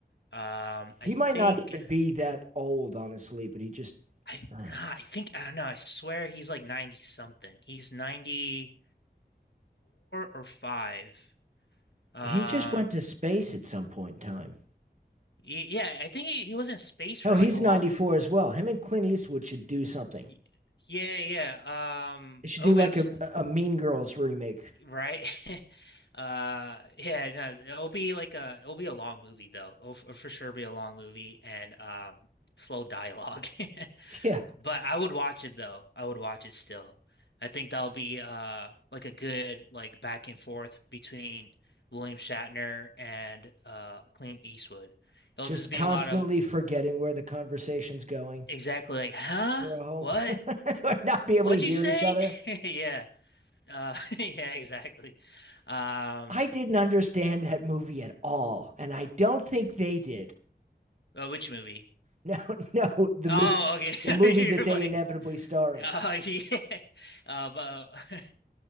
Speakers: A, on the left; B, on the right.
A: um I
B: He might
A: think
B: not even be that old, honestly, but he just
A: I
B: uh,
A: nah, I think I don't know, I swear he's like 90 something. He's 94 or 5. Um
B: he just went to space at some point in time.
A: y- yeah, I think he, he was in space for
B: Oh, he's
A: like a long
B: 94 as well. Him and Clint Eastwood should do something.
A: y- yeah, yeah. Um
B: They should
A: Obviously
B: do like a a Mean Girls remake.
A: Right? <laughs> Uh yeah, no, it'll be like a it'll be a long movie though. It'll, f- for sure be a long movie and um slow dialogue. <laughs>
B: <laughs> Yeah,
A: But I would watch it though. I would watch it still. I think that'll be uh like a good like back and forth between William Shatner and uh Clint Eastwood. It'll
B: just
A: just be
B: constantly
A: a lot of
B: forgetting where the conversation's going
A: exactly like, "Huh?
B: for a whole
A: What?
B: <laughs> not be able
A: What'd
B: to hear
A: you say?"
B: each other.
A: <laughs> Yeah. Uh <laughs> yeah, exactly. Um
B: I didn't understand that movie at all, and I don't think they did. <laughs>
A: uh, which movie?
B: No, no, the
A: Oh,
B: movie,
A: okay. <laughs>
B: the movie
A: You're
B: that they
A: like,
B: inevitably star in.
A: oh yeah. Uh, but